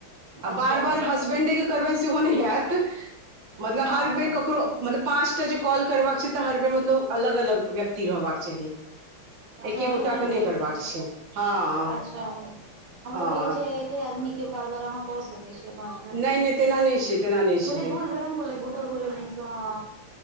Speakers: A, on the right (about 60°); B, on the right (about 85°).
A: आ
B: अच्छा
A: बार बार हसबेंडे के करबनि सेहो नहि हैत मतलब
B: हँ
A: हर बेर ककरो मतलब पाँचटा जे कॉल करबाक छै तऽ हर बेर मतलब अलग अलग व्यक्ति रहबाक चाही एके
B: अच्छा अलग
A: गोटाके
B: अलग
A: नहि
B: व्यक्ति
A: करबाक
B: के
A: छै हँ
B: अच्छा हमरा
A: हँ
B: भेलै जे एके आदमी के बार बार अहाँ कऽ सकै छियै पांच मिनट
A: नहि नहि तेना नहि छै तेना नहि छलै
B: भोली दूध गरम कऽ लेब बोतल धोे लेब नीकसँ हँ